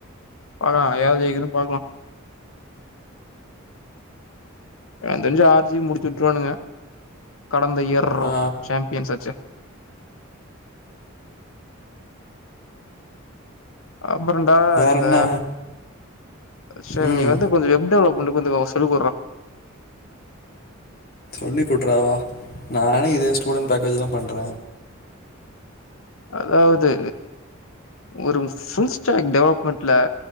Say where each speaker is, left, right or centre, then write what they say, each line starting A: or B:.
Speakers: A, on the left; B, on the left.
A: பாக்கலா யாரு ஜெயிக்குதுன் பாக்லா எனக்கு தெரிஞ்சு ஆர் சி முடிச்சு வுட்டுருவானுங்க கடந்த இயர்
B: ஆ
A: சாம்பியன்ஸ் ஆச்சு <inaudible> அப்றோன்டா
B: வேற
A: இந்த
B: என்ன
A: சேரி
B: ம்
A: நீ வந்து கொஞ்சம் வெப் டெவலப் கொண்டு <unintelligible> சொல்லி குட்ரா
B: சொல்லி கொட்டுறவா நானே இது ஸ்டூடெண்ட் பேக்கேஜ் தா பண்ற
A: அதாவது ஒரு ஃபுல் ஸ்டாப் டெவலப்மெண்ட்ல